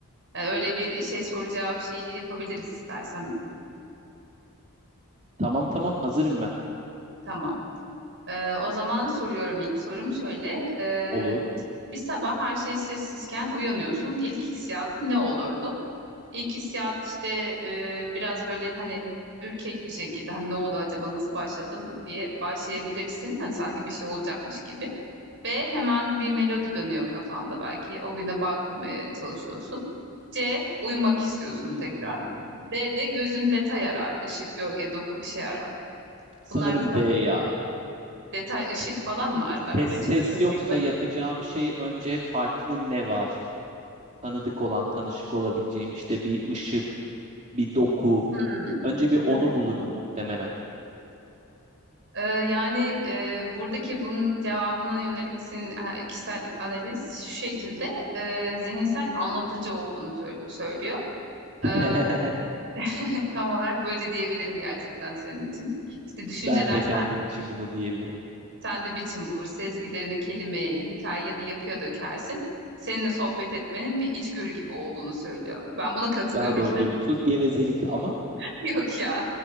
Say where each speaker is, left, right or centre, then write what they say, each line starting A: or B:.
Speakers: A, on the right; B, on the right.
A: Yani öyle bir şey soru cevap şeyi yapabiliriz istersen.
B: Tamam tamam hazırım ben.
A: Tamam. Ee, o zaman soruyorum ilk sorum şöyle. Ee,
B: Olur.
A: bir bir sabah her şey sessizken uyanıyorsun. İlk hissiyatın ne olurdu? İlk hissiyat işte e, biraz böyle hani ürkek bir şekilde hani ne oldu acaba nasıl başladım diye başlayabilirsin. Hani sanki bir şey olacakmış gibi. B hemen bir melodi dönüyor kafanda belki. O güne bağ kurmaya çalışıyorsun. C uyumak istiyorsun
B: Hmm,
A: tekrar. D de gözün detay arar. Işık, gölge, doku bir şey arar.
B: Sanırım
A: Bunlar da sana
B: D ya.
A: detay, ışık falan mı ar- aramaya
B: Ses,
A: çalışıyorsun
B: ses yoksa
A: ilk başta?
B: yapacağım şey önce farklı ne var? Tanıdık olan, tanışık olabileceğim işte bir ışık, bir doku.
A: Hmm,
B: Önce bir onu
A: evet.
B: bulurum muhtemelen.
A: Ee, yani e, buradaki bunun cevabına yönelik senin e, kişisel analiz şu şekilde e, zihinsel anlatıcı olduğunu sö- söylüyor. Ee,
B: <laughs>
A: <laughs> tam olarak böyle diyebilirim gerçekten senin için. İşte düşünceler
B: Ben de
A: sen,
B: kendim için bunu diyebilirim.
A: sende biçim bulur, sezgilerini kelimeye, hikaye ya da yapıya dökersin. Seninle sohbet etmenin bir içgörü gibi olduğunu söylüyor. Ben buna katılıyorum.
B: Daha doğrusu gevezelik ama
A: <laughs> Yok ya.